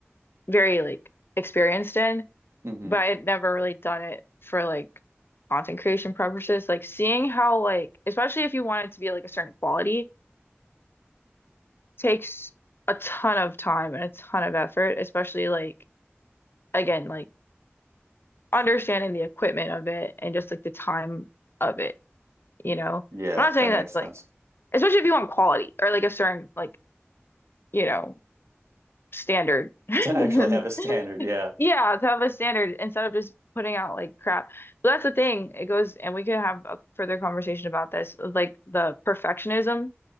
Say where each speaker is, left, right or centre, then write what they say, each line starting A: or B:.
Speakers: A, on the left; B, on the right.
A: very like experienced in,
B: hmm
A: but I had never really done it for like content creation purposes. Like seeing how like especially if you want it to be like a certain quality takes a ton of time and a ton of effort, especially like again like understanding the equipment of it and just like the time of it, you know.
B: Yeah,
A: I'm not saying
B: that makes
A: that
B: sense.
A: like especially if you want quality or like a certain like, you know, standard. <laughs>
B: to actually have a standard. Yeah.
A: Yeah, to have a standard instead of just putting out like crap. But that's the thing. It goes, and we could have a further conversation about this, of, like the perfectionism